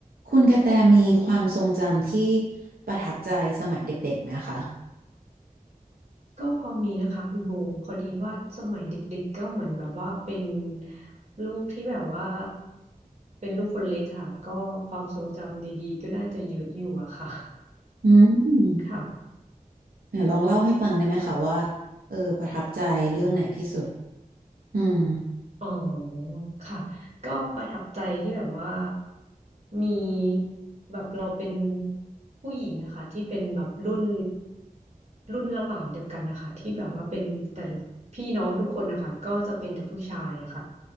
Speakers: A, on the right (about 80°); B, on the right (about 45°).
A: คุณกระแตมีความทรงจำที่ประทับใจสมัยเด็กๆไหมคะ
B: ก็พอมีนะคะคุณโบพอดีว่าสมัยเด็กๆก็เหมือนแบบว่าเป็นลูกที่แบบว่าเป็นลูกคนเล็กค่ะก็ความทรงจำดีๆก็น่าจะเยอะอยู่อะค่ะ
A: อืม
B: ค่ะ
A: เนี่ยลองเล่าให้ฟังได้ไหมคะว่าเออประทับใจเรื่องไหนที่สุดอืม
B: อ๋อค่ะก็ประทับใจที่แบบว่ามีแบบเราเป็นผู้หญิงอะค่ะที่เป็นแบบรุ่นรุ่นระหว่างเดียวกันนะคะที่แบบว่าเป็นแต่พี่น้องทุกคนนะคะก็จะเป็นแต่ผู้ชายอะค่ะ